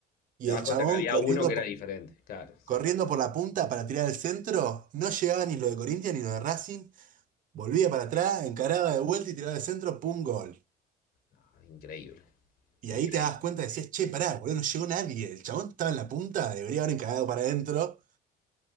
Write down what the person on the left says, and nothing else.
Te das
cuenta
que había
uno que era
diferente. Claro, sí.
Ah, Increíble,
increíble.